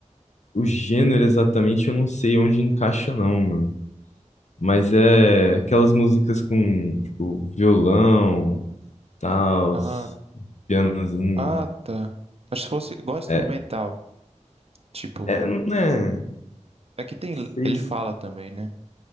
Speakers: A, on the left; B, on the right.
A: o gênero exatamente eu não sei onde encaixa, não, mano. Mas é aquelas músicas com, tipo, violão, tal,
B: Ah,
A: pianozinho.
B: ah, tá. Acho que fosse igual instrumental,
A: É,
B: tipo,
A: é, não é.
B: é que tem,
A: Sei
B: ele
A: se.
B: fala também, né?